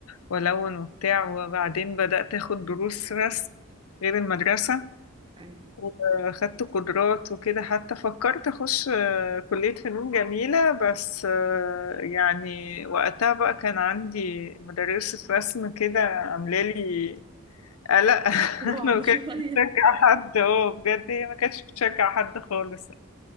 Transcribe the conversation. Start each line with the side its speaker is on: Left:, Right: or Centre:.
Left: وألون وبتاع وبعدين بدأت أخد دروس رسم غير المدرسة
Right: ايوه
Left: وأخدت قدرات وكده حتى فكرت أخش آه، كلية فنون جميلة بس آه، يعني وقتها بقى كان عندي مدرسة رسم كده عاملة لي قلق <laughs>
Right: رعب
Left: ما كانتش
Right: <laughs> شوية
Left: بتشجع حد اه بجد هي ما كانتش بتشجع حد خالص